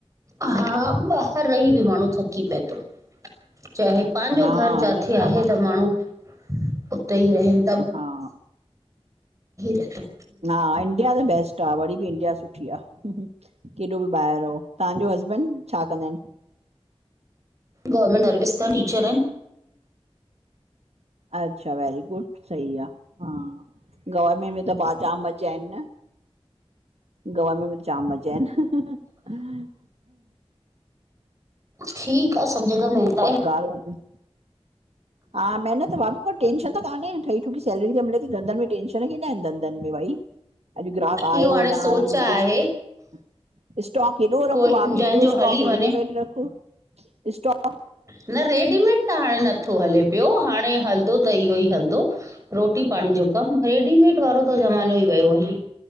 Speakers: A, on the right (about 30°); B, on the right (about 80°).
A: हा ॿाहिर रही भी माणु थकी पए तो, चाहे पाहिंजो
B: ॾींहंनि में हा
A: घर जाथे
B: न न बाबा
A: आहे त माणु उते ई रहन
B: हा,
A: रहे थो
B: हा इंडिया द बेस्ट। टा वरी भी इंडिया सुठी आ, केॾो भी ॿाहिर रहो, तव्हांजो हसबैंड छा कंदा आहिन?
A: गवर्नमेंट सर्विस तन टीचर आहिन।
B: अच्छा वैेरी गुड सही आ, हा गवर्मेंट में त पाण जाम मजा आहिन न गवनर्मेन्ट में जाम मज़ा आहिन।
A: ठीक आ, सभु जगह मिलता है।
B: ग <unintelligible> हा महिनत भाभी टेंशन त कान्हे, ठही ठुकी सैलरी त मिले थी, धंधनि में टेंशन केॾा आहिन धंदनि में भाई अॼु ग्राहक आयो
A: इहो हाणे
B: न
A: सोच
B: आयो उहोई
A: आहे
B: ॾिसु स्टाॅक एॾो
A: कोई
B: रख, भाभी
A: जंहिंजो
B: एॾो
A: हली
B: स्टाॅक
A: वञे
B: रेडीमेड रख स्टाॅक।
A: न रेडीमेड त हाणे नथो हले पियो हाणे हलदो त इहो ई हलदो रोटी पाणी जो कमु, रेडीमेड वारो त ज़मानो ई वियो हली